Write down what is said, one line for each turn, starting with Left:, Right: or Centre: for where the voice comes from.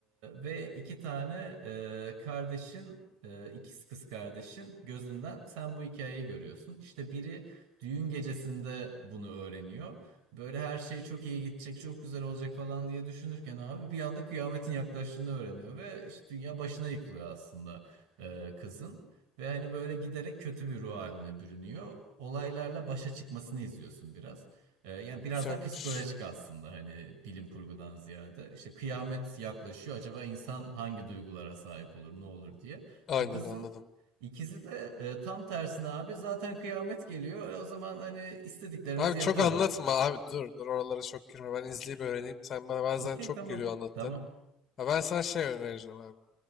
Right: ve iki tane e, kardeşin, e, ikiz kız kardeşin gözünden sen bu hikayeyi görüyorsun. İşte biri düğün gecesinde bunu öğreniyor. Böyle her şey çok iyi gidecek, çok güzel olacak falan diye düşünürken abi bir anda kıyametin yaklaştığını öğreniyor ve işte dünya başına yıkılıyor aslında e, kızın. Ve hani böyle giderek kötü bir ruh haline bürünüyor. Olaylarla başa çıkmasını izliyorsun biraz. E, yani biraz
Left: Güzelmiş.
Right: da psikolojik aslında hani bilim kurgudan ziyade. İşte kıyamet yaklaşıyor. Acaba insan hangi duygulara sahip olur, ne olur diye.
Left: Aynen
Right: Bu kızın
Left: anladım.
Right: İkisi de e, tam tersine abi zaten kıyamet geliyor. E, o zaman hani istediklerimizi
Left: Abi
Right: yapalım.
Left: çok anlatma abi dur dur oralara çok girme ben izleyip öğreneyim. Sen bana bazen
Right: Okey
Left: çok
Right: tamam.
Left: geliyor anlattın.
Right: Tamam.
Left: Ha, ben sana şey önereceğim abi.